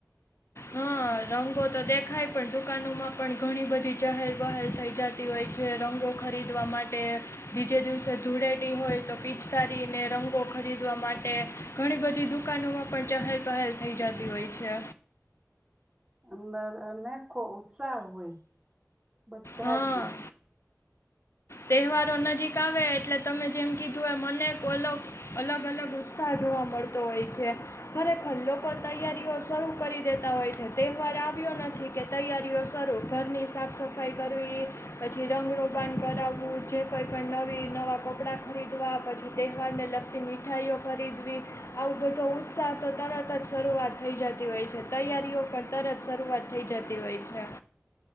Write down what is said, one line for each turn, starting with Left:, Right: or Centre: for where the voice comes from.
Left: હા રંગો તો દેખાય પણ દુકાનોમાં પણ ઘણી બધી ચહેલ પહેલ થઈ જતી હોય છે રંગો ખરીદવા માટે બીજે દિવસે ધૂળેટી હોય તો પિચકારીને રંગો ખરીદવા માટે ઘણી બધી દુકાનોમાં પણ ચહેલ પહેલ થઈ જતી હોય છે.
Right: અંદર અનેકો ઉત્સાહ હોય બધાજ
Left: હા
Right: માં
Left: તહેવારો નજીક આવે એટલે તમે જેમ કીધું એ મને અગ અલગ અલગ ઉત્સાહ જોવા મળતો હોય છે ખરેખર લોકો તૈયારીઓ શરૂ કરી દેતા હોય છે તહેવાર આવ્યો નથી કે તૈયારીઓ શરૂ ઘરની સાફ સફાઈ કરવી પછી રંગરોબાણ કરાવ વું જે કોંઈ પણ નવી નવાં કપડાં ખરીદવા પછી તહેવારને લગતી મીઠાઈઓ ખરીદવી આવો બધો ઉત્સાહ તો તરત જ શરૂઆત થઈ જતી હોય છે તૈયારીઓ પણ તરત શરૂઆત થઈ જતી હોય છે.